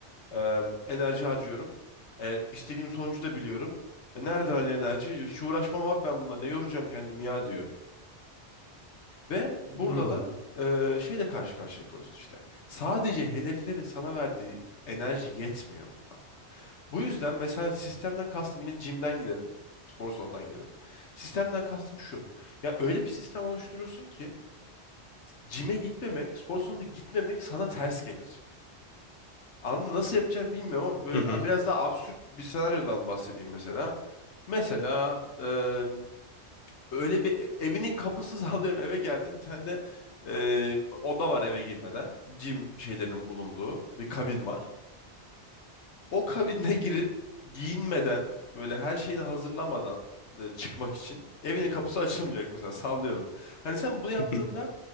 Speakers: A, on the left; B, on the left.
A: e, enerji harcıyorum. E, istediğim sonucu da biliyorum. E, nerede hani enerji? Hiç uğraşmam abi ben bununla. Ne yoracağım kendimi ya diyor. Ve burada
B: Anladım.
A: da e, şeyle karşı karşıya kalıyorsun işte. Sadece hedeflerin sana verdiği enerji yetmiyor burada. Bu yüzden mesela sistemden kastım yine jimden gidelim. Spor salonundan gidelim. Sistemden kastım şu. Ya öyle bir sistem oluşturursun ki Cime gitmemek, spor salonuna gitmemek sana ters gelir. Anladın? Nasıl yapacağım bilmiyorum ama böyle
B: Hı hı.
A: biraz daha absürt bir senaryodan bahsedeyim mesela. Mesela e, öyle bir e, evinin kapısı <laughs> sallıyorum eve geldim bir tane de e, oda var eve girmeden. Cim şeylerin bulunduğu bir kabin var. O kabine girip giyinmeden böyle her şeyini hazırlamadan da çıkmak için evinin kapısı açılmayacak mesela sallıyorum. Hani sen bunu yaptığında
B: <laughs>